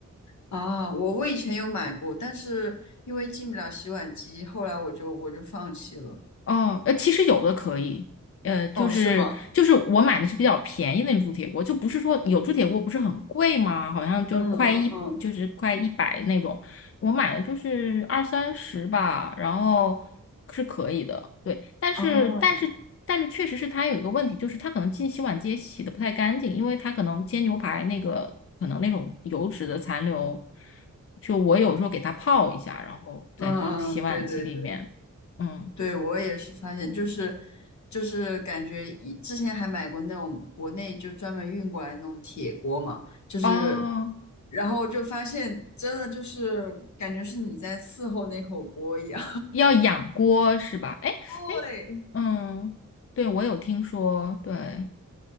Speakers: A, on the left; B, on the left.
A: 啊，我我以前有买过，但是因为进不了洗碗机，后来我就我就放弃了。
B: 哦，呃，其实有的可以，呃，就是就是我买的是比较便宜的那种铸铁锅，
A: 哦，是吗？
B: 就不是说有铸铁锅不是很贵吗？好像就是快一就是快一百那种，
A: 嗯嗯
B: 我买的就是二三十吧，然后是可以的，对，但是但是但是确实是它有一个问题，
A: 嗯，哦，
B: 就是它可能进洗碗机也洗的不太干净，因为它可能煎牛排那个可能那种油脂的残留，就我有时候给它泡一下，然后再放洗碗机里面，
A: 嗯嗯，对对对。
B: 嗯。
A: 对，我也是发现，就是就是感觉以之前还买过那种国内就专门运过来那种铁锅嘛，就是
B: 哦，
A: 然后就发现真的就是感觉是你在伺候那口锅一样。
B: 要养锅是吧？哎哎，
A: <laughs> 对，
B: 嗯，对，我有听说，对，